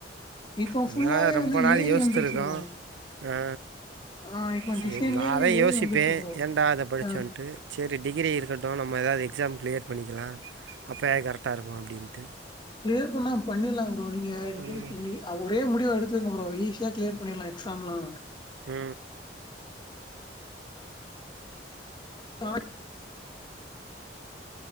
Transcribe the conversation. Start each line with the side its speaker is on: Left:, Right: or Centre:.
Left: இப்போ
Right: அதனால
Left: ஃபுல்லாவே
Right: ரொம்ப
Left: வந்து
Right: நாள்
Left: ஏ
Right: யோசித்துருக்கோ
Left: ஐ வந்துருச்சு ப்ரோ
Right: ஆ
Left: ஆ இப்ப
Right: சரி
Left: டிசைன்லயே
Right: நா
Left: வந்து
Right: அதா
Left: ஏ
Right: யோசிப்பே
Left: ஐ வந்துருச்சு ப்ரோ.
Right: ஏன்டா இத படிச்சோன்ட்டு
Left: ஆ
Right: சரி டிகிரி இருக்கட்டு நம்ம எதாவது எக்ஸாம் கிளியர் பண்ணிக்கலா அப்போ எ கரெக்டா இருக்கு அப்டின்ட்டு
Left: கிளியர் பண்ணா பண்ணிர்லா ப்ரோ நீங்க இப்டி
Right: ம்
Left: <unintelligible> ஒரே முடிவா எடுத்துருங்க ப்ரோ ஈஷ் யா கிளியர் பண்ணிட்லா எக்ஸாம்லா
Right: உ
Left: <unintelligible>